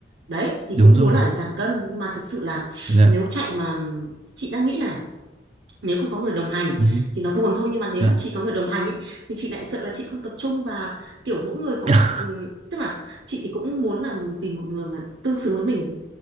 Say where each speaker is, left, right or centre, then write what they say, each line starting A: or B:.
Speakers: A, on the right; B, on the right.
A: đấy thì
B: đúng
A: cũng
B: rồi
A: muốn là để giảm cân nhưng mà thật sự là
B: dạ
A: nếu chạy mà chị đang nghĩ là nếu không có người đồng hành
B: ừ,
A: thì nó buồn thôi nhưng mà nếu
B: dạ
A: mà chị có người đồng hành ý, thì chị lại sợ là chị không tập trung và kiểu mỗi người có
B: <laughs>
A: một ừm, tức là chị thì cũng muốn là tìm một người mà tương xứng với mình